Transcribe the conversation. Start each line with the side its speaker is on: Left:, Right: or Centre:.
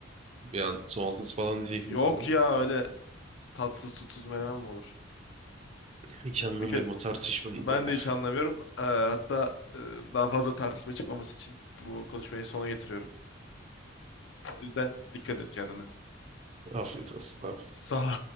Right: Bir an soğansız falan diyeceksin
Left: Yok
Right: sandım.
Left: ya öyle tatsız tutsuz menemen mi olur?
Right: Hiç
Left: Neyse
Right: anlamıyorum
Left: bir kere
Right: o tartışmayı
Left: Ben
Right: da ya.
Left: de hiç anlamıyorum. Ee, hatta e, daha fazla tartışma çıkmaması için bu konuşmayı sona getiriyorum. O yüzden dikkat et kendine.
Right: Afiyet olsun abi.
Left: Sağ ol.